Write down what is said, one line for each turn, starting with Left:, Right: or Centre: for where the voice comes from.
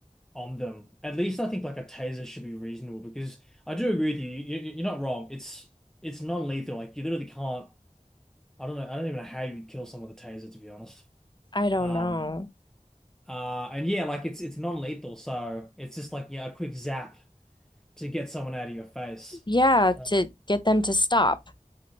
Centre: on them. At least I think like a taser should be reasonable because I do agree with you. You, you- are not wrong. It's it's non-lethal. Like you literally can't. I don't know. I don't even know how you'd kill someone with a taser, to be honest.
Left: I don't
Centre: Um.
Left: know.
Centre: Uh. And yeah, like it's it's non-lethal, so it's just like yeah, a quick zap to get someone out of your face.
Left: Yeah,
Centre: Uh,
Left: to get them to stop,